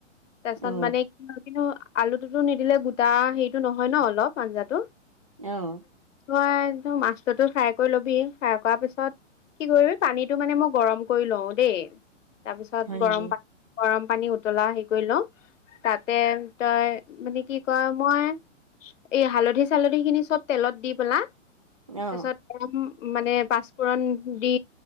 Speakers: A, on the left; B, on the right.
A: তাৰ পপিছত
B: অ
A: মানে কি কিন্তু আলুটোতো নিদিলে গোটা সেইটো নহয় ন অলপ পাঞ্জাটো
B: আহ
A: তই মাছটোতো ফ্ৰাই কৰি ল'বি ফ্ৰাই কৰা পিছত কি কৰিবি পানীটো মানে মই গৰম কৰি লওঁ দেই তাৰপিছত
B: হয় নেকি
A: গৰম পানী গৰম পানী উতলা হে কৰি ল তাতে তই মানে কি কয় মই এই হালধি চালধি খিনি চব তেলত দি পেলা।
B: অ
A: তাৰপছত <inaudible> মানে পাঁচফোৰণ দি